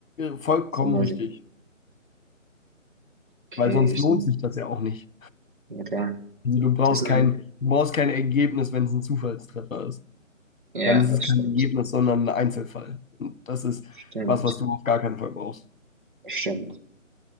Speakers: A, on the left; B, on the right.
A: vollkommen
B: So mäßig.
A: richtig.
B: Okay,
A: Weil sonst
B: ist
A: lohnt
B: ein,
A: sich das ja auch nicht.
B: ja klar.
A: Also du brauchst
B: Das ist
A: kein,
B: ein,
A: du brauchst kein Ergebnis, wenn es ein Zufallstreffer ist.
B: ja,
A: Dann ist
B: das
A: es kein
B: stimmt.
A: Ergebnis, sondern ein Einzelfall. Und das ist
B: Stimmt.
A: was, was du auf gar keinen Fall brauchst.
B: stimmt.